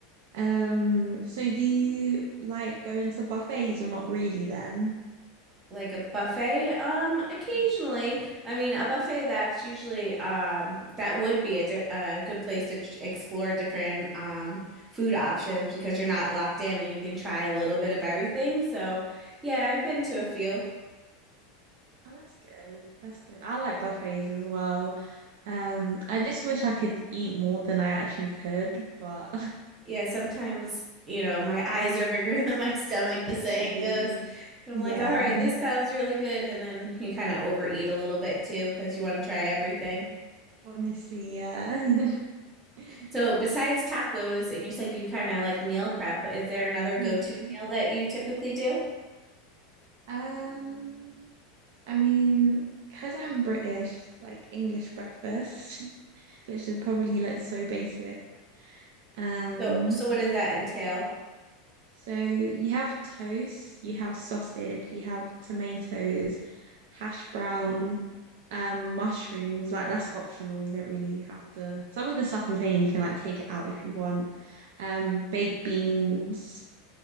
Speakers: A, on the right; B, on the right.
A: Um, so do you like going to buffets or not really then?
B: Like a buffet, um, occasionally.
A: Yeah.
B: I mean, a buffet that's usually, um, that would be a, di a good place to ch explore different, um, food options because you're not locked in and you can try a little bit of everything. So, yeah,
A: Yeah.
B: I've been to a few.
A: Oh, that's good. That's good. I like buffets as well. Um, I just wish I could eat more than I actually could, but
B: Yeah, sometimes, you know, my <laughs> eyes are bigger <laughs> than my stomach,
A: <laughs> literally,
B: the saying goes. I'm
A: yeah.
B: like, all right, this sounds really good. And then you kind of overeat a little bit too because you want to try everything.
A: Honestly, yeah. <laughs>
B: So besides tacos, and you said you kind of like meal prep, is there another go-to
A: Mm.
B: meal that you typically do?
A: Um, I mean, because I'm British, like English breakfast, <laughs> which is probably like so basic. Um,
B: So so what does that entail?
A: So you have toast, you have sausage, you have tomatoes, hash brown, um, mushrooms. Like that's optional. You don't really have to. Some of the stuff I'm saying you can like take it out if you want. Um, baked beans,